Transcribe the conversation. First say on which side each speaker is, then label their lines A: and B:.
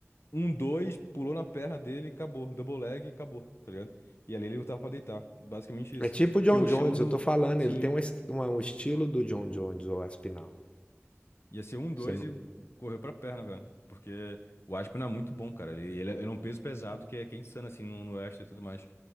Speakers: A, on the left; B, on the left.
A: um, dois, pulou na perna dele e acabou. Double leg e acabou, tá ligado? E ali ele lutava pra deitar. Basicamente isso.
B: É tipo o
A: Porque
B: John
A: o
B: Jones,
A: chão do.
B: eu tô falando,
A: Sim.
B: ele tem um, es- uma- um estilo do John Jones, o Aspinal.
A: Ia ser um, dois
B: Você não-
A: e correu pra perna, velho. Porque o Aspen é muito bom, cara. Ele, ele, é, ele é um peso pesado que é, que é insano, assim, no, no wrestling e tudo mais.